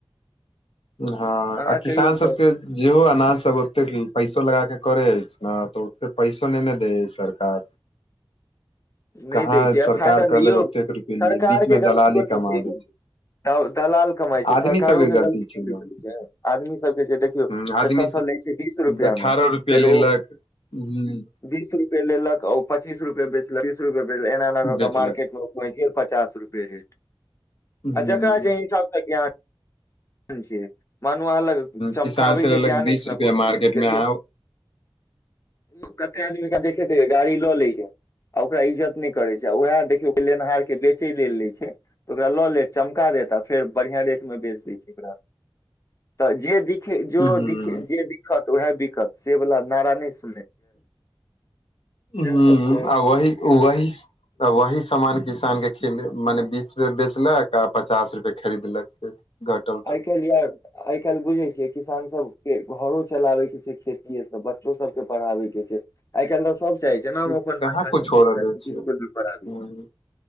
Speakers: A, on the left (about 80°); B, on the left (about 35°).
A: हँ
B: अहाँ
A: आ किसान
B: कहियौ
A: सबके-
B: तब
A: जेहो अनाज सब ओतेक पैसो लगाके करै अइछ नऽ तऽ ओते पैसो नै ने दै हैय सरकार।
B: नैय
A: कहाँ
B: दै छै आब
A: सरकार
B: फायदा
A: कहलक
B: नै यौ
A: ओतेक रुपे लिए
B: सरकार
A: बीच मे
B: के गलतियो
A: दलाली
B: नै
A: कमा
B: छै एय
A: दै
B: मे। दल-दलाल कमाई छै
A: आदमी
B: सरकारो
A: सबके
B: के गलती
A: यौ
B: नै ने छै आदमी सब के जे देख- देखियौ
A: ह आदमी
B: एतऽ सँ लै छै बीस
A: सब
B: रुपआ
A: अठारह
B: मे
A: रुपए
B: फेर ओ-
A: लेलक ह
B: बीस रुपये लेलक ओ पच्चीस रुपये बेचलक तीस रुपये बेच एना-एना कऽ
A: बेचलक
B: के मार्केट मे ओ- पहूँच गेल पचास रूपये रेट
A: ह
B: आ जेकरा जै हिसाब सऽ ज्ञान- <unintelligible> मानू आहाँ लग चमकाबै
A: किसान से
B: के
A: लेलक
B: ज्ञान
A: बीस
B: अइछ नऽ
A: रुपआ
B: कोनो चीज
A: मार्केट
B: के देखियौ।
A: मे आ
B: ओ कते आदमी के देखैत हेबै गाड़ी लऽ लै छै। आ ओकरा इज्जत नै कर छै आ उएह देखियौ लेनिहार के बेचे लेल लय छै। तऽ ओकरा लऽ लेत चमका देत आ। फेर बढ़िया रेट मे बेच दै छै ओकरा तऽ जे दिखे जो
A: ह
B: दिखे जे दिख- दिखत उएह बिकत से वला नारा नै सु-
A: हूँ
B: सब छै
A: आ वहि वही स- तऽ वहीं सामान किसान के खेल माने बीस रुपए बेचलक आ पचास रुपए खरीदलक। कटल तऽ।
B: केलियै? आय कैल्ह बुझै छियै किसान सबके घरो चलाबै के छै खेतीए सँ बच्चो सबके पढ़ाबै के छै। आय कैल्ह तऽ सब चाहै छै
A: तऽ
B: ने हम अपन
A: कहाँ
B: बच्चा
A: कुछ
B: के
A: हो
B: नीकसँ
A: रहले
B: नीक
A: छै
B: इसकुल में पढ़ाबी।
A: हूँ,